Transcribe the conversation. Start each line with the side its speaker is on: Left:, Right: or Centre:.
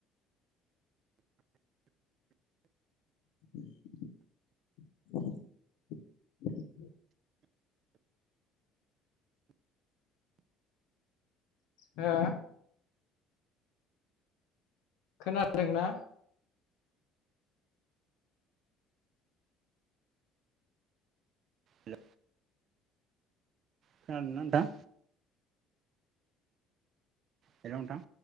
Left: <unintelligible> हो खोनादोंना?
Right: ओम खोनादों ना नोंथां? हेलौ नोंथां